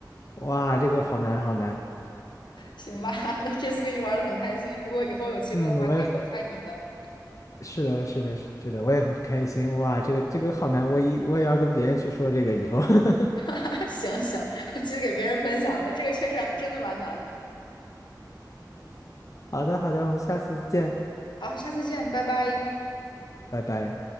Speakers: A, on the left; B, on the left.
A: 哇，这个好难好难。
B: 行吧，<laughs> 那这次跟你玩的很开心，如果以后有机会的话，
A: 嗯，我也
B: 可以我猜你的。
A: 是的，是的，是的，我也很开心。哇，这个这个好难，我一我也要跟别人去说这个以后。<laughs>
B: <laughs> 行行，<laughs> 记得给别人分享，我这个确实还真的蛮难的。
A: 好的好的，我们下次见，
B: 好，下次见，拜拜。
A: 拜拜。